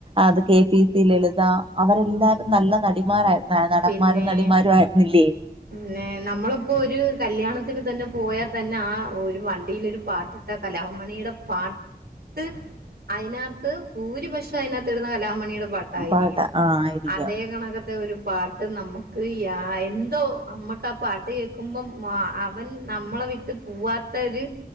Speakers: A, on the right (about 35°); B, on the right (about 80°).
A: അത് കെ പി സി ലളിത അവരെല്ലാരും നല്ല നടിമാരായിരുന്നു നടന്മാരും
B: പിന്നെ
A: നടിമാരും ആയിരുന്നില്ലേ
B: പിന്നെ നമ്മള്പ്പോ ഒരു കല്യാണത്തിന് തന്നെ പോയാ തന്നെ ആ ഒരു വണ്ടിയിലൊരു പാട്ടിട്ടാ കലാഭവൻ മണിയുടെ പാട്ട് അയ്നക് ത്ത് ഭൂരിപക്ഷം അയ്നക് ത്ത് ഇടുന്ന കലാഭവൻ മണിയുടെ പാട്ടായിരിക്കും
A: പാട്ട് ആഹ് ആയിരിക്കാം
B: അതേ കണകത്തെ ഒരു പാട്ട് നമ്മുക്ക് യാഎന്തോ അമ്മക്ക് ആ പാട്ട് കേൾക്കുമ്പം മാ അവൻ നമ്മളെ വിട്ട് പോവാത്ത ഒരു